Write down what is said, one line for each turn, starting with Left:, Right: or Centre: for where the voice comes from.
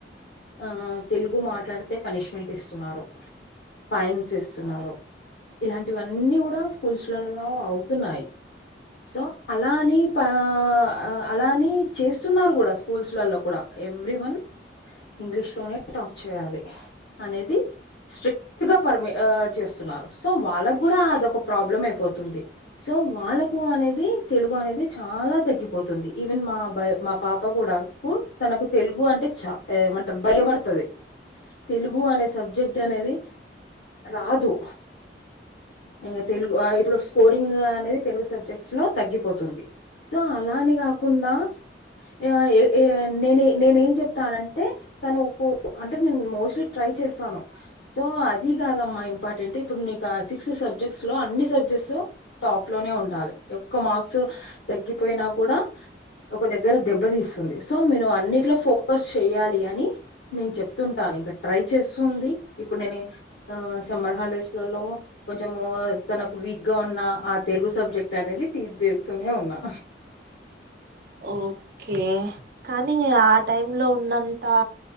Left: ఆ తెలుగు మాట్లాడితే పనిష్మెంట్ ఇస్తున్నారు ఫైన్స్ ఇస్తున్నారు ఇలాంటివన్నీ కూడా స్కూల్స్ లో అవ్ స్తున్నాయి సో అలాని పా అలాని చేస్తున్నారు కూడా స్కూల్స్లలో కూడా ఎవ్రీ వన్ ఇంగ్లీష్ లోనే టాక్ చేయాలి అనేది స్ట్రిక్ట్ గా పర్మి చేస్తున్నారు సో వాళ్ళకు కూడా అదొక ప్రాబ్లం అయిపోతుంది సో వాళ్ళకు అనేది తెలుగు అనేది చాలా తగ్గిపోతుంది ఈవెన్ మా బ మా పాప కూడా ఒ తనకు తెలుగు అంటే చ ఏమంటం భయపడతది తెలుగు అనే సబ్జెక్ట్ అనేది రాదు ఇంగ తెలుగు ఆ ఇప్పుడు స్కోరింగ్ అనేది తెలుగు సబ్జెక్ట్స్ లో తగ్గిపోతుంది సో అలాని కాకుండా ఆ ఏ ఎ నే నేను ఏం చెప్తానంటే తనుకు అంటే నెన్ మోస్ట్లీ ట్రై ట్రై చేస్తానావ్ సో అది కాదమ్మా ఇంపార్టెంట్ ఇప్పుడు నీకు ఆ సిక్స్ సబ్జెక్ట్స్ లో అన్ని సబ్జెక్ట్స్ టాప్ లోనే ఉండాలి ఎక్క మార్క్స్ తగ్గిపోయినా కూడా ఒక దగ్గర దెబ్బతీస్తుంది సో మీరు అన్నిట్లో ఫోకస్ చెయాలి అని నేను చెప్తుంటాను ఇంకా ట్రై చేస్తుంది ఇప్పుడు నేను సమ్మర్ హాలిడేస్లలో కొంచము తనకు వీక్ గా ఉన్న ఆ తెలుగు సబ్జెక్ట్ అనేది టీచ్ చేస్తూనే ఉన్నా
Right: ఓకే కానీ ఆ టైమ్ లో ఉన్నంత